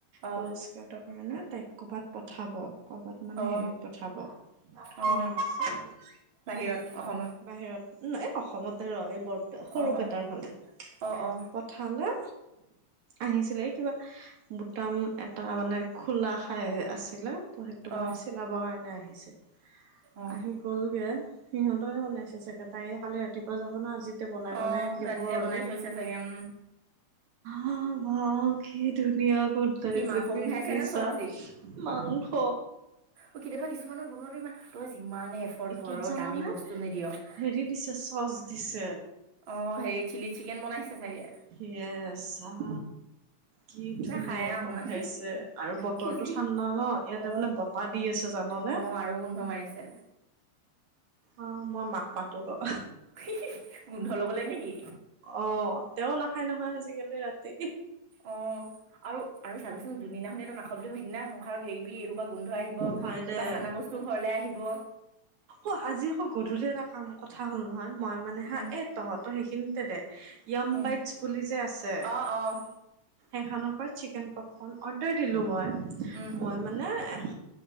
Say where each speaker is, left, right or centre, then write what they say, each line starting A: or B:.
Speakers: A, on the right; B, on the right.
A: অ
B: ত' স্কাউট কাৰণে তাই কবাত পঠাব, কবাত মানে
A: অ
B: হেৰিত পঠাব কি
A: অ
B: নাম আছে?
A: বাহিৰত
B: অ
A: অসমৰ
B: বাহিৰত ন? এই অসমতে ৰ এই বৰপে সৰু
A: অ অ
B: পেটাৰ ফালে।
A: অ অ
B: পঠালে, আহিছিল এই কিবা বুটাম এটা মানে খোলা খাই আছিলে ত, সেইটো
A: অ
B: মানে চিলাবৰ কাৰণে আহ আহিছে।
A: অ'।
B: আহি গ'লগে, সিহঁতে বনাইছে চাগে। তাৰে কালি ৰাতিপুৱা যাব ন, আজিতেয়া বনাই-বনাই
A: অ
B: দিব
A: ৰাতিতে
B: আৰু।
A: বনাই থৈছে চাগে উম
B: হ ৱাও, কি ধুনীয়া গোন <unintelligible>
A: কি মাংস
B: বিটিছা
A: গোন্ধাইছে নে চব্জি
B: মাংস।
A: অ', কেতিয়াবা কিছুমানৰ বনোৱা ইমান তই যিমানে ঘৰৰ
B: এইটোত জানানে
A: দামী বস্তু নিদিয় অ,
B: হেৰি দিছে চচ দিছে
A: হেই চিলি চিকেন বনাইছে চাগে।
B: য়েছ অহ কি
A: যা
B: ধুনীয়া
A: খাই আহ
B: গন্ধাইছে
A: অকমান
B: আৰু বতৰটো
A: খুজি
B: ঠাণ্ডা ন? ইয়াতে
A: অ
B: মানে বতাহ দি আছে জাননে?
A: অ আৰু গোন্ধ মাৰিছে
B: অ', মই মাক মাতো ৰ।
A: হি-হি গোন্ধ ল'ব লৈ নেকি?
B: অ', তেও নাখায় নহয় আজিকালি ৰাতি।
A: অ', আৰু - আৰু চাবিচোন যোনদিনাখন তই নাখাও বুলি ক সেইদিনাই সংসাৰৰৰিবি গোন্ধ আহিব
B: হয় দে
A: কিবা খানা বস্তু ঘৰলে আহিব।
B: অ', আজি আকৌ গধূলি এটা কাম কথা হ'ল নহয় মই মানে হা
A: উম
B: এ তহঁতৰ সেইখিনিতে দে য়াম
A: উম
B: বাইটছ বুলি যে আছে?
A: অ', অ'।
B: এখন ওৰত <unintelligible> চিকেন পপকন অৰ্ডাৰ দিলো মই।
A: উম
B: মই মানে এশ